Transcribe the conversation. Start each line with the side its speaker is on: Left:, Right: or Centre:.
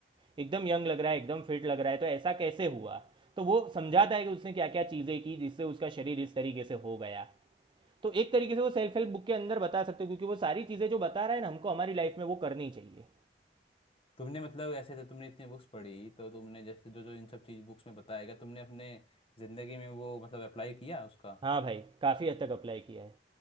Right: एकदम यंग लग रहा है एकदम फिट लग रहा है तो ऐसा कैसे हुआ तो वो समझाता है कि उसने क्या क्या चीज़ें की जिससे उसका शरीर इस तरीके से हो गया तो एक तरीके से वो सेल्फ हेल्प बुक के अंदर बता सकते हो क्योंकि वो सारी चीज़ें जो बता रहा है ना हमको हमारी लाइफ में वो करनी चाहिए
Left: तुमने मतलब ऐसे तो तुमने इतनी बुक्स पढ़ी तो तुमने जैसे जो जो इन सब चीज बुक्स में बताया गया तुमने अपने जिंदगी में वो मतलब अप्लाई किया उसका
Right: हाँ भाई काफ़ी हद तक अप्लाई किया है